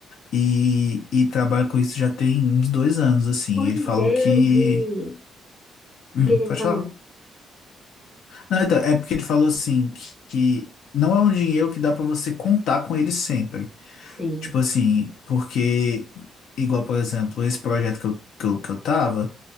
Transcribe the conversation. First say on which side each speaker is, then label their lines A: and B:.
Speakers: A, on the left (about 75°); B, on the left (about 20°).
A: e, e trabalha com isso já tem uns dois anos, assim.
B: Pois
A: Ele falou
B: é,
A: que.
B: eu vi.
A: Hum,
B: O que que ele
A: pode
B: falou?
A: falar. Não, então, é porque ele falou assim que, que não é um dinheiro que dá pra você contar com ele sempre.
B: Sim.
A: Tipo assim, porque, igual, por exemplo, esse projeto que eu, que eu, que eu tava.